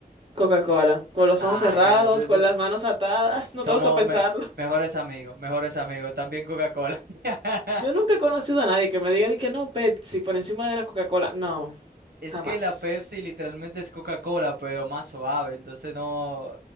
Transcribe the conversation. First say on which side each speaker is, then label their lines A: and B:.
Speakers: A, on the right; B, on the right.
A: Coca-Cola, con los
B: Ah,
A: ojos cerrados,
B: ya. se-
A: con
B: tu-
A: las
B: tu-
A: manos atadas, <laughs> no
B: Somos
A: tengo que pensarlo.
B: me- mejores amigos, mejores amigos. También Coca-Cola. <laughs>
A: Yo nunca he conocido a nadie que me diga de que no, Pepsi por encima de la Coca-Cola. No,
B: Es
A: jamás.
B: que la Pepsi literalmente es Coca-Cola, pero más suave. Entonces no...